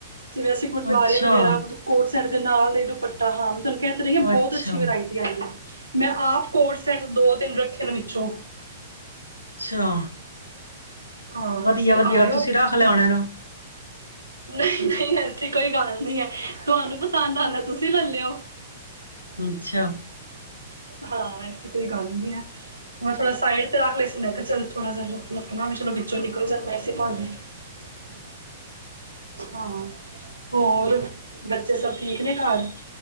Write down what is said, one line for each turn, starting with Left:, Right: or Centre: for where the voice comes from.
Right: ਜਿਵੇਂ ਅਸੀਂ ਦੁਆਰੇ
Left: ਅੱਛਾ
Right: ਵਗੈਰਾ ਕੋਟ ਸੈੱਟ ਦੇ ਨਾਲ ਦਾ ਦੁਪਟਾ ਹੂੰ ਤੁਹਾਨੂੰ ਕਹਿ ਰਹੀ ਬਹੁਤ
Left: ਅੱਛਾ
Right: ਅੱਛੀ ਵਰਾਇਟੀ ਮੈਂ ਆਪ ਕੋਟ ਸੈਂਟ ਦੋ ਤਿੰਨ ਰੱਖ ਨੇ ਵਿੱਚੋਂ।
Left: ਅੱਛਾ
Right: ਹਾਂ
Left: ਵਧੀਆ
Right: ਤੁਸੀਂ
Left: ਵਧੀਆ
Right: ਆਇਓ
Left: ਤੁਸੀਂ ਰੱਖਲੈ ਹੋਣੇ ਨਾ।
Right: ਨਹੀਂ ਨਹੀਂ ਐਸੀ ਕੋਈ ਗੱਲ ਨਹੀਂ ਐ ਤੁਹਾਨੂੰ ਪਸੰਦ ਆਂਦਾ ਤੁਸੀਂ ਲੈ ਲਈ ਓ।
Left: ਅੱਛਾ।
Right: ਹਾਂ ਐਸੀ ਕੋਈ ਗੱਲ ਨੀ ਹੈ ਮੈਂ ਥੋੜਾ ਸਾਈਡ ਤੇ ਰੱਖ ਲਏ ਸੀ ਮੈਂ ਕਿਹਾ ਚੱਲ ਥੋੜਾ ਜਾ, ਰੱਖ ਆਪਣਾ ਵੀ ਚਲੋ ਵਿੱਚੋਂ ਨਿਕਲ ਜਾਂਦਾ ਅ <unintelligible> ਹਾਂ ਹੋਰ ਬੱਚੇ ਸਭ ਠੀਕ ਨੇ ਘਰ।